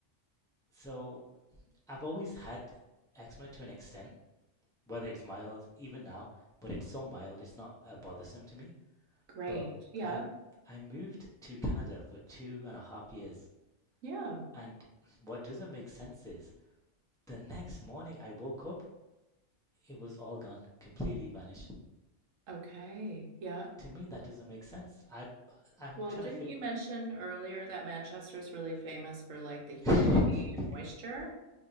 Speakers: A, in the centre; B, on the right.
A: So I've always had eczema to an extent, whether it's mild, even now, but it's so mild, it's not uh, bothersome to me.
B: Great.
A: But
B: Yeah.
A: I I moved to Canada for two and a half years,
B: Yeah.
A: and what doesn't make sense is the next morning I woke up, it was all gone, completely vanished.
B: Okay. Yeah.
A: To me, that doesn't make sense. I I'm
B: Well,
A: trying
B: didn't
A: to figure.
B: you mention earlier that Manchester's really famous for like the humidity
A: <laughs>
B: and moisture?